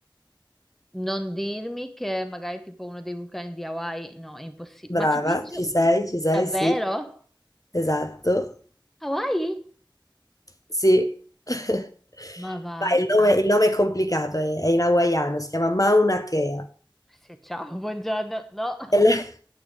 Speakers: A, in the centre; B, on the left.
A: Non dirmi che magari tipo uno dei vulcani di Hawaii, no, è impossibile.
B: Brava,
A: Machu Picchu?
B: ci sei, ci sei,
A: Davvero?
B: sì. Esatto.
A: Hawaii?
B: Sì. <laughs>
A: Ma va.
B: Vai, il nome, il nome è complicato, è, è in hawaiano, si chiama Mauna Kea.
A: Sì, ciao, buongiorno. No.
B: E l- <laughs>